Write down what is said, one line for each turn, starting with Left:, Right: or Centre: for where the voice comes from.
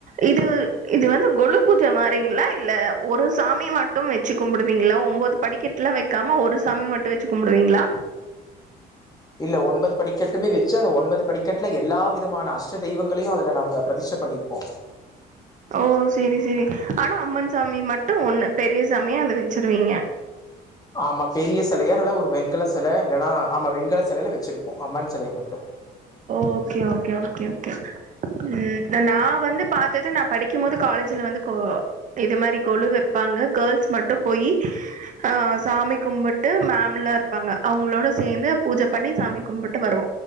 Right: இது இது வந்து கொழு பூஜ மாரிங்களா இல்ல ஒரு சாமிய மட்டு வெச்சு கும்பிடுவீங்களா ஒம்போது படிக்கட்லா வைக்காம ஒரு சாமி மட்டு வெச்சு கும்புடுவீங்களா <inaudible>
Left: இல்ல ஒன்பது படிக்கட்டுமே வெச்சு அந்த ஒன்பது படிக்கட்ல எல்லா விதமான அஷ்ட தெய்வங்களையு அதுல நாங்க பிரதிட்ஷ பண்ணி இருப்போ
Right: ஓ செரி செரி ஆனா அம்மன் சாமி மட்டு ஒண்ணு பெரிய சாமியா அத வெச்சிருவீங்க
Left: ஆமா பெரிய செலையா நல்லா ஒரு வெண்கல செல இல்லன்னா ஆமா வெண்கல செலையில வெச்சிருப்போ அம்மன் செலைய மட்டு
Right: ஓகே ஓகே ஓகே ஓகே ம் நா நா வந்து பாத்தது நா படிக்கும் போது காலேஜ்ல வந்து கொ இது மாரி கொழு வெப்பா ங்க கேள்ஸ் மட்டு போயி அ சாமி கும்புட்டு மேம்ல்லா இருப்பாங்க அவங்களோட சே ந்து பூஜ பண்ணி சாமி கும்புட்டு வருவோ